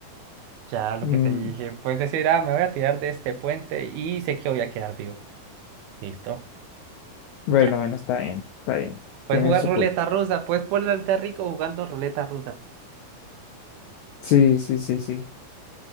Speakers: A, on the right (about 85°); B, on the left (about 85°).
A: Ya lo
B: Mm,
A: que te dije, puedes decir, ah, me voy a tirar de este puente y sé que voy a quedar vivo. Listo.
B: bueno,
A: Ya.
B: bueno, está bien, está bien.
A: Puedes
B: Tiene
A: jugar
B: su
A: ruleta
B: punto.
A: rusa, puedes ponerte rico jugando ruleta rusa.
B: Sí, sí, sí, sí.